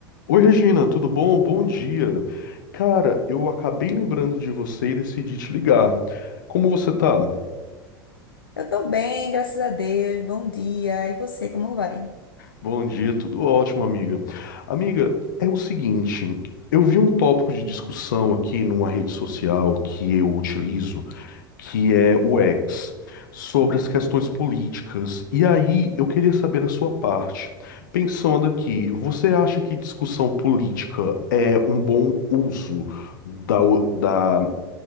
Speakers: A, on the left; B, on the left.
A: Oi, Regina, tudo bom? Bom dia. Cara, eu acabei lembrando de você e decidi te ligar. Como você tá?
B: Eu tô bem, graças a Deus. Bom dia. E você, como vai?
A: Bom dia, tudo ótimo, amiga. Amiga, é o seguinte, eu vi um tópico de discussão aqui numa rede social que eu utilizo, que é o X, sobre as questões políticas. E aí, eu queria saber a sua parte. Pensando aqui, você acha que discussão política é um bom uso? da,